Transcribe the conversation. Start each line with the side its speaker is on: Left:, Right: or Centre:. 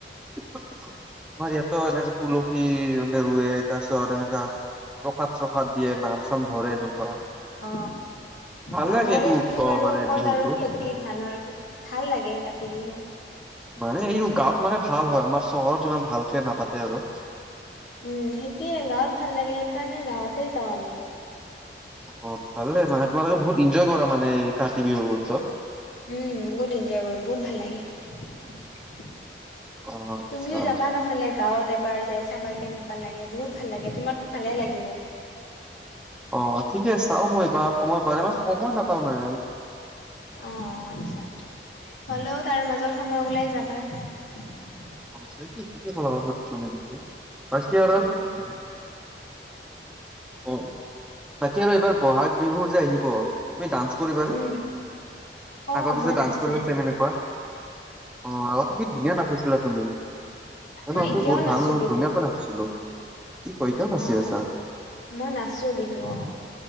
Centre: আমাৰ ইয়াত ত এনেকা। তুলসীৰ এনেকুৱা ৰুৱে তাৰ পিছত এনেকা প্ৰসাদ চসাদ। দিয়ে নাম চাম ধৰে এনেকুৱা।
Left: অ
Centre: ভাল
Left: ত
Centre: লাগে
Left: আমাৰ
Centre: এইটো
Left: ইয়াতটো
Centre: উৎসৱ
Left: বাৰু
Centre: মানে
Left: ক'ত
Centre: বিহুটো
Left: আৰু খেতি ধানৰ খেতি ভাল লাগে কাতি বিহু।
Centre: মানে এই গাঁৱত মানে ভাল হয় আমাৰ চহৰত ইমান ভালকে নাপাতে আৰু।
Left: উম সেইটোৱেই গাঁৱত ভাল লাগে। সেইকাৰণে গাঁৱতে যাওঁ আমি।
Centre: অ ভালে মানে তোমালোকে বহুত এনজয় কৰা মানে কাতি বিহুত।
Left: উম বহুত এনজয় কৰোঁ বহুত ভাল লাগে।
Centre: অ আচ্ছা
Left: তুমিওঁ যাবা নহলে গাঁৱত এবাৰ যাই চাবা কেনেকুৱা। কেনেকোৱা লাগে বহুত ভাল লাগে তোমাক ভালে লাগিব।
Centre: অ ঠিকে চাওঁ মই এইবাৰ সময় পালে মই সময় নাপাওঁ নহয়।
Left: অ আচ্ছা হলেওঁ তাৰ মাজত সময় ওঁলাই যাবা। <unintelligible>
Centre: অ সেইটো থিকে ক দিছে বাকী আৰু
Left: উম,
Centre: অ বাকী আৰু এইবাৰ বহাগ বিহু যে আহিব। তুমি ডান্স কৰিবা নে
Left: উম, অ',
Centre: আগতে
Left: মই
Centre: ডান্স
Left: নাচিম
Centre: কৰিলো চনেকুৱ। অ আগতেো কি ধুনীয়া নাচিছিলা তুমি। নহয়
Left: মই এতিয়াও
Centre: তু বহুত
Left: নাচো
Centre: ভাল
Left: বিহু।
Centre: ধুনীয়াকৈ নাচিছিলো। কি পইতাম
Left: অ',
Centre: আছে আছা।
Left: মই নাচো বিহু অ।